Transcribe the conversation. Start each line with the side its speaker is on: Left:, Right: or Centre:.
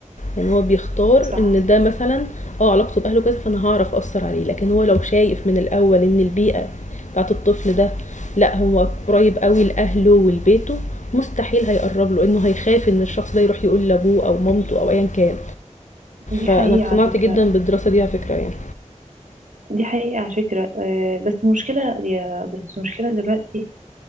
Left: يعني هو بيختار
Right: صح
Left: ان ده مثلا اه علاقته باهله كويسة فانا هعرف اثر عليه لكن هو لو شايف من الاول ان البيئة بتاعت الطفل ده لا هو قريب قوي لاهله ولبيته مستحيل هيقرب له انه هيخاف ان الشخص ده يروح يقول لابوه او مامته او ايا كان
Right: دي
Left: فانا
Right: حقيقه
Left: اقتنعت
Right: على فكره
Left: جدا بالدراسة دي على فكرة يعني
Right: دي حقيقه على فكره آه بس المشكله يا بس المشكله دلوقتي